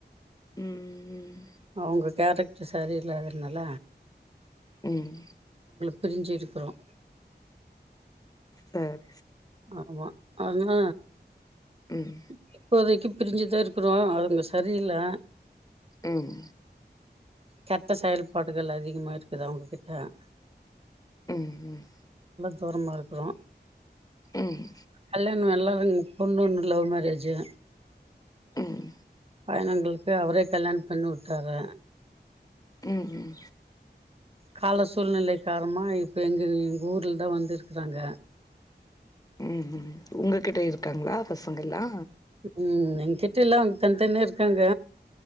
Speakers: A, on the left; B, on the right.
A: ம் ம்
B: அவங்க கேரக்டர் சரியில்லாததனால
A: ம்
B: பிரிஞ்சிருக்கிறோம்
A: சேரி
B: ஆமா ஆங்க
A: ம்
B: <unintelligible> இப்போதைக்கு பிரிஞ்சுதான் இருக்கிறோம் அவங்க சரியில்லை
A: ம்
B: கெட்ட செயல்பாடுகள் அதிகமா இருக்குது அவங்க கிட்ட
A: ம் ம்
B: தூரமாகருக்குறோ
A: ம்
B: கல்யாண எல்லாரு பொண்ணு ஒன்னு லவ் மேரேஜூ
A: ம்
B: பையனங்களுக்கு அவரே கல்யாண பண்ணி வுட்டாரு
A: ம் ம்
B: கால சூழ்நிலை காரமா இப்ப எங்க எங்க ஊர்லதா வந்து இருக்காங்க
A: ம் ம் உங்ககிட்ட இருக்காங்ளா பசங்கலா
B: ம் எங்கிட்டல்ல அவங்க தனி தனியாருக்காங்க